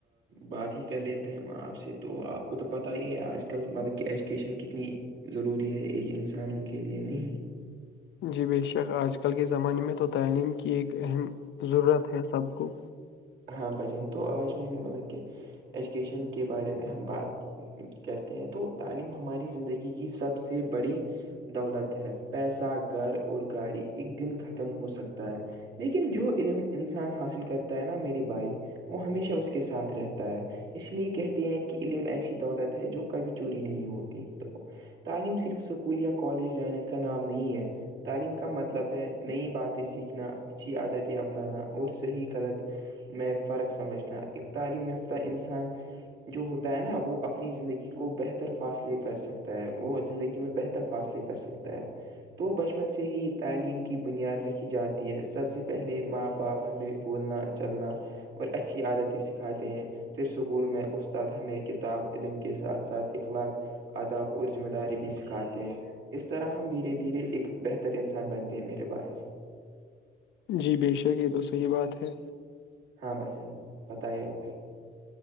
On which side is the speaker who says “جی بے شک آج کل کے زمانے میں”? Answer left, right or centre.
Left